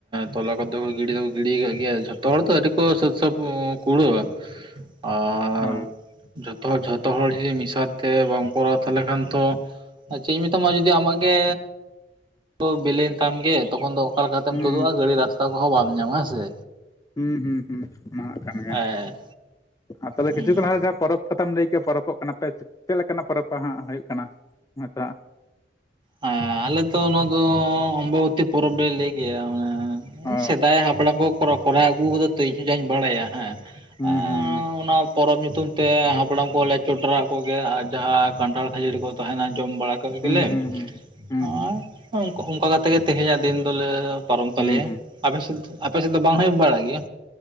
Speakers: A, on the right; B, on the left.
A: ᱛᱚᱞᱟ ᱠᱚᱫᱚ ᱜᱤᱲᱤ ᱫᱚᱠᱚ ᱜᱤᱲᱤᱭ ᱠᱟᱜ ᱜᱮᱭᱟ ᱡᱷᱚ ᱛᱚ ᱦᱚᱲ ᱫᱚ ᱟᱹᱣᱨᱤ ᱠᱚ ᱥᱟᱹᱛ ᱥᱟᱯ ᱠᱩᱲᱟᱹᱣᱟ ᱟᱨ
B: ᱚ
A: ᱡᱚᱛᱚ ᱦᱚᱲ ᱡᱷᱚᱛᱚ ᱦᱚᱲ ᱡᱩᱫᱤ ᱢᱤᱫ ᱥᱟᱸᱣᱛᱮ ᱵᱟᱢ ᱠᱚᱨᱟᱣᱟ ᱛᱟᱦᱚᱞᱮ ᱠᱷᱟᱱ ᱛᱚ ᱟᱨ ᱪᱮᱫ ᱤᱧ ᱢᱮᱛᱟᱢᱟ ᱡᱩᱫᱤ ᱟᱢᱟᱜ ᱜᱮ ᱦᱩᱲᱩ ᱵᱤᱞᱤᱭᱮᱱ ᱛᱟᱢ ᱜᱮ, ᱛᱚᱠᱷᱚᱱ ᱫᱚ ᱚᱠᱟ ᱞᱮᱠᱟᱛᱮᱢ
B: ᱦᱩᱸ
A: ᱛᱩᱫᱩᱜ-ᱟ ᱜᱟᱹᱲᱤ ᱨᱟᱥᱛᱟ ᱠᱚᱦᱚᱸ ᱵᱟᱢ ᱧᱟᱢᱟ ᱦᱮᱸᱥᱮ᱾
B: ᱦᱩᱸ ᱦᱩᱸ ᱦᱩᱸ ᱚᱱᱟ ᱦᱚᱸ ᱠᱟᱱ ᱜᱮᱭᱟ
A: ᱦᱮᱸ
B: ᱟᱨ ᱛᱟᱦᱞᱮ
A: ᱦᱩᱸ
B: ᱠᱤᱪᱷᱩ ᱠᱷᱚᱱ ᱞᱟᱦᱟ ᱡᱟᱦᱟᱸ ᱯᱚᱨᱚᱵᱽ ᱯᱟᱛᱟᱢ ᱞᱟᱹᱭ ᱠᱮᱜ-ᱟ ᱯᱚᱨᱚᱯᱚᱜ ᱠᱟᱱᱟ ᱯᱮ ᱪᱮᱫ ᱞᱮᱠᱟᱱᱟᱜ ᱯᱚᱨᱚᱵᱯᱟ ᱦᱟᱸᱜ ᱦᱳᱭᱳᱜ ᱠᱟᱱᱟ? ᱱᱚᱝᱠᱟ
A: ᱦᱮᱸ ᱟᱞᱮᱛᱚ ᱱᱚᱣᱟ ᱫᱚ ᱚᱢᱵᱟᱵᱚᱛᱤ ᱯᱚᱨᱚᱵᱽ ᱞᱮ ᱞᱟᱹᱭ ᱜᱮᱭᱟ ᱢᱟᱱᱮ᱾
B: ᱚ
A: ᱥᱮᱫᱟᱭ ᱦᱟᱯᱲᱟᱢ ᱠᱚ ᱠᱚᱨ ᱠᱚᱨᱟᱣ ᱟᱹᱜᱩ ᱠᱟᱫᱟ ᱛᱚ, ᱤᱧ ᱦᱚᱸ ᱡᱟᱧ ᱵᱟᱲᱟᱭᱟ ᱦᱮᱸ᱾
B: ᱦᱩᱸ
A: ᱚᱱᱟ
B: ᱦᱩᱸ ᱦᱩᱸ᱾
A: ᱯᱚᱨᱚᱵᱽ ᱧᱩᱛᱩᱢ ᱛᱮ ᱦᱟᱯᱲᱟᱢ ᱠᱚᱞᱮ ᱪᱚᱰᱚᱨᱟᱜ ᱠᱚᱜᱮ ᱟᱨ ᱡᱟᱦᱟᱸ ᱠᱟᱱᱴᱷᱟᱲ ᱠᱷᱟᱹᱡᱟᱹᱲᱤ ᱠᱚ ᱛᱟᱸᱦᱮᱱᱟ ᱡᱚᱢ ᱵᱟᱲᱟ <unintelligible> ᱜᱮᱞᱮ
B: ᱦᱩᱸ ᱦᱩᱸ ᱦᱩᱸ ᱦᱩᱸ ᱦᱩᱸ
A: ᱟᱨ ᱚᱝ ᱚᱝᱠᱟ ᱠᱟᱛᱮ ᱜᱮ ᱛᱮᱦᱮᱧᱟᱜ ᱫᱤᱱ ᱫᱚᱞᱮ ᱯᱟᱨᱚᱢ ᱛᱟᱞᱮᱭᱟ
B: ᱦᱩᱸ ᱦᱩᱸ
A: ᱟᱵᱮᱱ ᱥᱮᱫ, ᱟᱯᱮ ᱥᱮᱫ ᱫᱚ ᱵᱟᱝ ᱦᱳᱭᱳᱜ ᱵᱟᱲᱟᱜ ᱜᱮᱭᱟ?